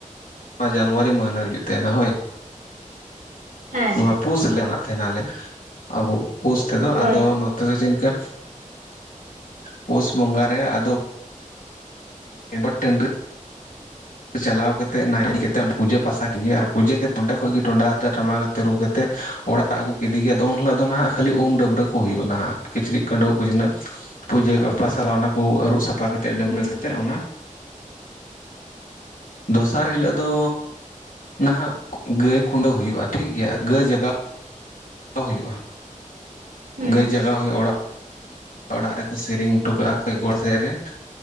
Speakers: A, on the left; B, on the right.
A: ᱱᱚᱣᱟ ᱡᱟᱱᱩᱣᱟᱨᱤ ᱢᱟᱹᱦᱱᱟ ᱨᱮ ᱦᱩᱭᱩᱜ ᱛᱟᱦᱮᱱᱟ᱾ ᱦᱳᱭ
B: ᱦᱮᱸ
A: ᱱᱚᱣᱟ ᱯᱩᱥ ᱨᱮᱞᱮ ᱢᱟᱱᱟᱜ ᱛᱟᱦᱮᱱᱟ ᱟᱞᱮ ᱟᱵᱚ ᱯᱩᱥ ᱛᱮ ᱫᱚ
B: ᱦᱳᱭ
A: ᱟᱫᱚ ᱱᱚᱛᱮ ᱫᱚ ᱪᱮᱫ ᱞᱮᱠᱟ ᱯᱳᱥ ᱵᱚᱸᱜᱟ ᱨᱮ ᱟᱫᱚ ᱮᱱᱵᱟᱛ ᱴᱟᱹᱰᱤ ᱪᱟᱞᱟᱣ ᱠᱟᱛᱮ ᱱᱟᱭᱮ ᱠᱟᱛᱮ ᱚᱸᱰᱮ ᱯᱩᱡᱟᱹ ᱯᱟᱥᱟ ᱠᱮᱫ ᱟᱨ ᱯᱩᱡᱟᱹ ᱠᱟᱛᱮᱫ ᱚᱸᱰᱮ ᱠᱷᱚᱱᱚᱡ ᱜᱮ ᱴᱚᱸᱰᱟ ᱠᱟᱛᱮ ᱴᱟᱢᱟᱠ ᱠᱟᱛᱮ ᱨᱩ ᱠᱟᱛᱮ ᱚᱲᱟᱜ ᱚᱲᱟᱜ ᱠᱚ ᱠᱮᱫᱮ ᱭᱟ ᱟᱫᱚ ᱩᱱ ᱦᱤᱞᱳᱜ ᱫᱚ ᱱᱟᱦᱟᱜ ᱠᱷᱟᱹᱞᱤ ᱩᱢ ᱰᱟᱹᱵᱽᱨᱟᱹ ᱠᱚ ᱦᱩᱭᱩᱜᱼᱟ ᱱᱟᱦᱟᱜ ᱠᱤᱪᱨᱤᱡ ᱠᱷᱟᱹᱰᱩ ᱣᱟᱜ ᱪᱤᱱᱟᱜ ᱯᱩᱡᱟᱹ ᱠᱚᱯᱟ ᱥᱟᱞᱟᱜ ᱚᱱᱟ ᱠᱚ ᱟᱹᱨᱩᱵ ᱥᱟᱯᱷᱟ ᱠᱟᱛᱮᱫ ᱰᱟᱹᱵᱽᱨᱟᱹ
B: ᱦᱩᱸ
A: ᱠᱟᱛᱮᱫ ᱚᱱᱟ ᱫᱚᱥᱟᱨ ᱦᱤᱞᱟᱹᱜ ᱫᱚ ᱱᱟᱦᱟᱜ ᱜᱟᱹᱭ ᱠᱷᱩᱰᱟᱹᱣ ᱦᱩᱭᱩᱜᱼᱟ ᱴᱷᱤᱠ ᱜᱮᱭᱟ ᱜᱟᱹᱭ ᱡᱟᱜᱟᱣ ᱦᱟᱛᱟᱣ ᱦᱩᱭᱩᱜᱼᱟ᱾
B: ᱦᱩᱸ
A: ᱜᱟᱹᱭ ᱡᱟᱜᱟᱣ ᱦᱩᱭᱩᱜᱼᱟ ᱚᱲᱟᱜ ᱚᱲᱟᱜ ᱨᱮ ᱠᱚ ᱥᱮᱨᱮᱧ ᱦᱚᱴᱚ ᱠᱟᱜᱼᱟ ᱯᱮᱜᱚᱲ ᱥᱮᱫ ᱨᱮ